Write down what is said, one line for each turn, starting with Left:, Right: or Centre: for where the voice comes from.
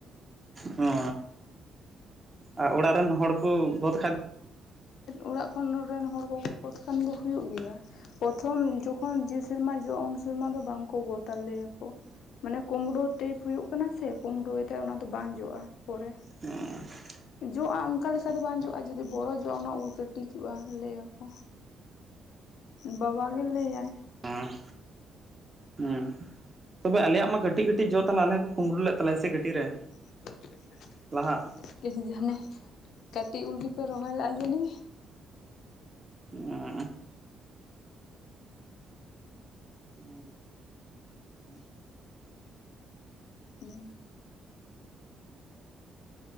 Right: ᱦᱩᱸ ᱟᱨ ᱚᱲᱟᱜ ᱨᱮᱱ ᱦᱚᱲ ᱠᱚ ᱜᱚᱫ ᱠᱷᱟᱱ᱾
Left: ᱚᱲᱟᱜ ᱠᱷᱚᱱ ᱨᱮᱱ ᱦᱚᱲ ᱠᱚᱠᱚ ᱜᱚᱫ ᱠᱷᱟᱱ ᱫᱚ ᱦᱩᱭᱩᱜ ᱜᱮᱭᱟ᱾ ᱯᱨᱚᱛᱷᱚᱢ ᱡᱚᱠᱷᱚᱱ ᱡᱮ ᱥᱮᱨᱢᱟ ᱡᱚᱜᱼᱟ ᱩᱱ ᱥᱮᱨᱢᱟ ᱫᱚ ᱵᱟᱝᱠᱚ ᱜᱚ ᱛᱟᱞᱮ ᱭᱟᱠᱚ᱾ ᱢᱟᱱᱮ ᱠᱩᱢᱵᱽᱲᱩ ᱴᱮᱯ ᱦᱩᱭᱩᱜ ᱠᱟᱱᱟ ᱥᱮ ᱠᱩᱢᱵᱽᱲᱩᱭ ᱭᱮᱫᱟᱭ ᱚᱱᱟ ᱫᱚ ᱵᱟᱝ ᱡᱚᱜᱼᱟ ᱯᱚᱨᱮ᱾
Right: ᱦᱩᱸᱻ <unintelligible>
Left: ᱡᱚᱜᱼᱟ ᱚᱱᱠᱟ ᱞᱮᱠᱟ ᱚᱱᱠᱟ ᱫᱚ ᱵᱟᱝ ᱡᱚᱜᱼᱟ ᱡᱩᱫᱤ ᱵᱚᱲᱚ ᱡᱚᱜᱼᱟ ᱚᱱᱟ ᱩᱞ ᱠᱟᱹᱴᱤᱡᱚᱜᱼᱟ ᱞᱟᱹᱭ ᱟᱠᱚ᱾ ᱵᱟᱵᱟ ᱜᱮ ᱞᱟᱹᱭᱟᱭ᱾
Right: ᱦᱩᱸ ᱦᱩᱸ ᱛᱚᱵᱮ ᱟᱞᱮᱭᱟᱜ ᱢᱟ ᱠᱟᱹᱴᱤᱡ ᱠᱟᱹᱴᱤᱡ ᱡᱚ ᱛᱟᱮ ᱟᱞᱮ ᱦᱚᱸᱠᱚ ᱠᱩᱢᱵᱽᱲᱩ ᱞᱮᱫ ᱛᱟᱞᱮᱭᱟ ᱠᱟᱹᱴᱤᱡ?
Left: <unintelligible>
Right: ᱨᱮ ᱞᱟᱦᱟ
Left: ᱦᱟᱱᱮ ᱠᱟᱹᱴᱤᱡ ᱩᱞ ᱜᱮᱯᱮ ᱨᱚᱦᱚᱭ ᱞᱮ-ᱟ ᱡᱟᱱᱤ
Right: ᱩᱸᱻ <unintelligible> ᱦᱩᱸᱸ..... <unintelligible>
Left: ᱩᱸ